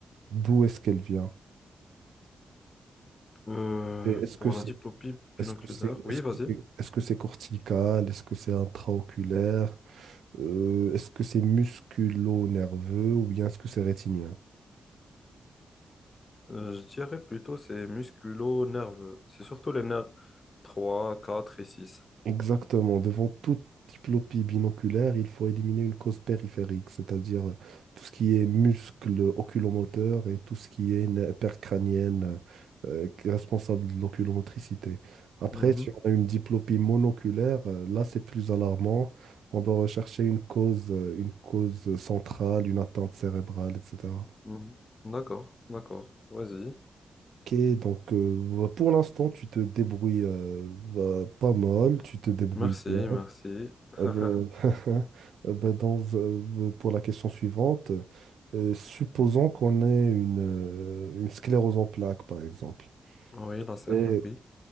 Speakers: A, on the right; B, on the left.
A: D'où est-ce qu'elle vient?
B: Euh,
A: Et Est-ce
B: pour
A: que c'est
B: la diplopie
A: est-ce
B: binoculaire,
A: que c'est
B: oui,
A: est-ce
B: vas-y.
A: que c'est est-ce que c'est cortical? Est-ce que c'est intraoculaire? Euh, est-ce que c'est musculo-nerveux ou bien est-ce que c'est rétinien?
B: Euh, je dirais plutôt c'est musculo-nerveux. C'est surtout les nerfs trois, quatre et six.
A: Exactement. Devant toute diplopie binoculaire, il faut éliminer une cause périphérique, c'est-à-dire euh, tout ce qui est muscle oculomoteur et tout ce qui est nerf percrânienne euh, qui est responsable de l'oculomotricité. Après,
B: Mhm,
A: si on a une diplopie monoculaire, euh, là, c'est plus alarmant. On doit rechercher une cause, euh, une cause centrale, une atteinte cérébrale, etc.
B: mhm. D'accord, d'accord. Vas-y.
A: Ok, donc euh, bah, pour l'instant, tu te débrouilles euh, bah, pas mal, tu te débrouilles
B: Merci,
A: bien.
B: merci. <laughs>
A: Euh, <laughs> euh, ben, dans, euh, pour la question suivante, euh, supposons qu'on ait une, euh, une sclérose en plaques, par exemple.
B: Oui, la CEP,
A: Et
B: oui.